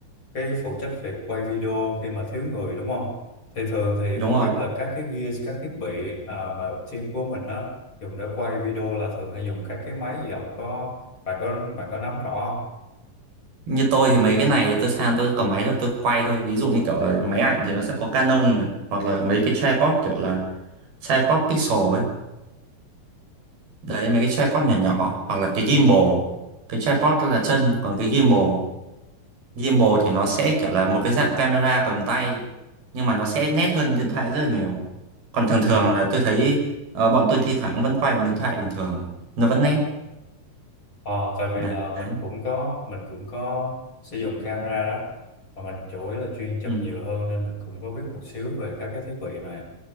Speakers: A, on the left (about 35°); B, on the right (about 85°).
A: cái phụ trách việc quay video khi mà thiếu người đúng không? Thì thường thì
B: đúng
A: không
B: rồi
A: biết là các cái gear, các thiết bị à, mà team của mình á dùng để quay video là thường hay dùng các cái máy gì không? có bạn có bạn có nắm rõ không?
B: như tôi thì mấy cái này tôi sang tôi cầm máy tôi, tôi quay thôi ví dụ như kiểu là máy ảnh thì nó sẽ có Canon này hoặc là mấy cái tripod kiểu là tripod pixel ấy đấy mấy cái tripod nhỏ nhỏ hoặc là cái gimbal cái tripod đó là chân còn cái gimbal gimbal thì nó sẽ kiểu là một cái dạng camera cầm tay nhưng mà nó sẽ nét hơn điện thoại rất là nhiều còn thường
A: Ừ.
B: thường là tôi thấy ờ, bọn tôi thi thoảng vẫn quay bằng điện thoại bình thường nó vẫn nét
A: Ờ, tại vì
B: đấy
A: là mình cũng có mình cũng có sử dụng camera đó mà mình chủ yếu là chuyên chụp
B: ừ.
A: nhiều hơn nên mình cũng có biết một xíu về các cái thiết bị này.